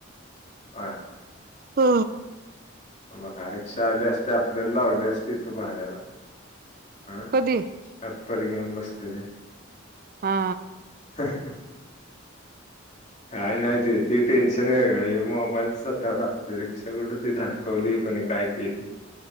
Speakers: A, on the left; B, on the right.
A: हा.
B: हो
A: मग आ रिक्षा आले असते आपल्याला लावले असते इथं भाड्याला. हं
B: कधी
A: ॲपल घेऊन बसले ते.
B: हा.
A: अह् काय नाहीती ती टेन्शन वेगळी मोबाईलसता असते रिक्षाकड ती धडकवली. कोणी काय केली ते